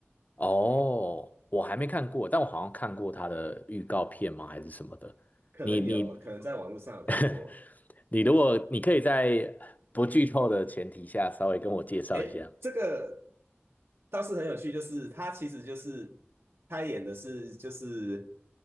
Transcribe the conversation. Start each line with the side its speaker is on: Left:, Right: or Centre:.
Left: 哦，我还没看过，但我好像看过他的预告片吗？还是什么的？
Right: 可能有可能在网络上有看过。
Left: 你你 <laughs> 你如果你可以在不剧透的前提下，稍微跟我介绍一下。
Right: 哎，这个倒是很有趣，就是他其实就是他演的是就是